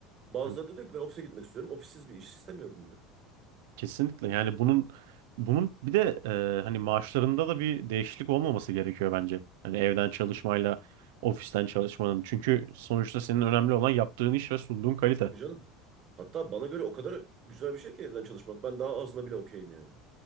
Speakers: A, on the right; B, on the right.
A: Bazıları
B: hı.
A: da diyor ki ben ofise gitmek istiyorum. Ofissiz bir iş istemiyorum diyor.
B: kesinlikle yani bunun bunun bir de e, hani maaşlarında da bir değişiklik olmaması gerekiyor bence. Hani evden çalışmayla ofisten çalışmanın. Çünkü sonuçta senin önemli olan yaptığın iş ve sunduğun kalite.
A: Tabii canım. Hatta bana göre o kadar güzel bir şey ki evden çalışmak. Ben daha azına bile okeyim yani.